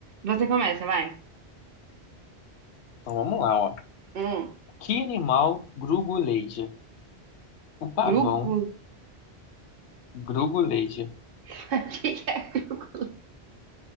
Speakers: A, on the right; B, on the left.
A: Você começa, vai.
B: Então vamos lá, ó.
A: Hum,
B: Que animal gruguleja? O pavão
A: grugo?
B: gruguleja.
A: <laughs> O que que é grugo?